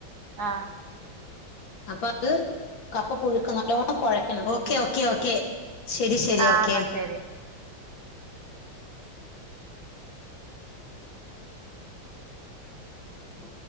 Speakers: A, on the right (about 55°); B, on the left (about 70°).
A: ആ
B: അപ്പം അത് കപ്പ പുഴുക്ക്‌ നല്ലോണം കൊഴക്കണം ഓക്കേ ഓക്കെ ഓക്കെ ശരി ശരി
A: ആഹ്
B: ഓക്കെ
A: എന്നാ ശരി
B: ഉ